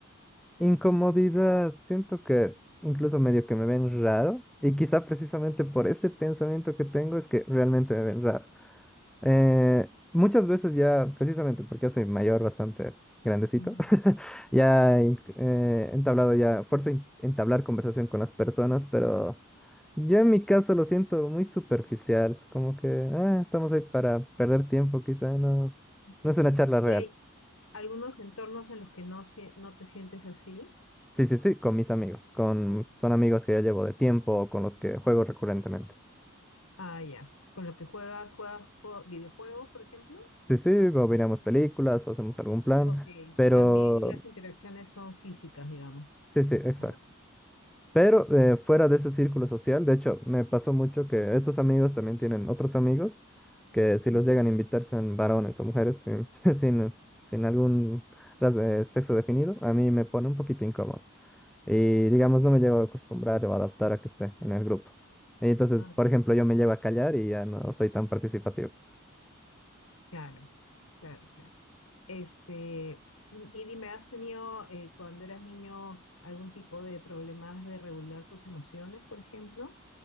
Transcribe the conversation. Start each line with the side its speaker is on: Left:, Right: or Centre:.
Centre: Incomodidad, siento que incluso medio que me ven raro y quizá precisamente por ese pensamiento que tengo es que realmente me ven raro. Eh, muchas veces ya, precisamente porque yo soy mayor, bastante grandecito,
Left: Ujú,
Centre: <laughs> ya he eh, entablado ya, fuerzo en- entablar conversación con las personas, pero yo en mi caso lo siento muy superficial, es como que ah, estamos ahí para perder tiempo, quizá no,
Left: ujú.
Centre: no es una charla real.
Left: ¿Y hay algunos entornos en los que no, sie- no te sientes así?
Centre: Sí, sí, sí, con mis amigos, con son amigos que ya llevo de tiempo, con los que juego recurrentemente.
Left: Ah, ya. Con lo que juegas, juegas jue- videojuegos, por ejemplo.
Centre: Sí, sí, o miramos películas o hacemos algún plan,
Left: Ok.
Centre: pero
Left: También las interacciones son físicas, digamos.
Centre: sí, sí, exacto.
Left: Como-
Centre: Pero eh, fuera de ese círculo social, de hecho, me pasó mucho que estos amigos también tienen otros amigos que si
Left: Ujú.
Centre: los llegan a invitar sean varones o mujeres, sin, <laughs> sin, sin algún ras- eh, sexo definido, a mí me pone un poquito incómodo. Y digamos, no me llego a acostumbrar o adaptar a que esté en el grupo. Y entonces,
Left: Ah,
Centre: por ejemplo,
Left: ok.
Centre: yo me llevo a callar y ya no soy tan participativo.
Left: claro, claro, claro. Este, y dime, ¿has tenido eh, cuando eras niño algún tipo de problemas de regular tus emociones, por ejemplo?